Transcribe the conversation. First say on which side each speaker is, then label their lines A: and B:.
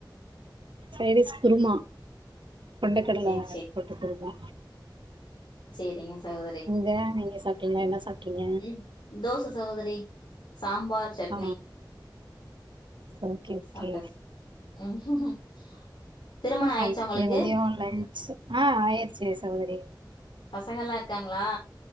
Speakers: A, on the right (about 85°); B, on the left (about 80°).
A: சைடிஸ் குருமா கொண்டக்கடல
B: சேரி
A: போட்டு குருமா
B: செரிங்க சகோதரி
A: நீங்க நீங்க சாப்ட்டீங்களா என்ன சாப்ட்டீங்க
B: உம் தோச சகோதரி சாம்பார் சட்னி
A: ஆ ஓகே ஓகே
B: சாப்ட்டாச்சு உம் ம்
A: <unintelligible>
B: திருமண ஆயிடுச்சா உங்களுக்கு
A: ஆஹ் ஆயிர்ச்சு சகோதரி
B: பசங்கல்லா இருக்காங் ளா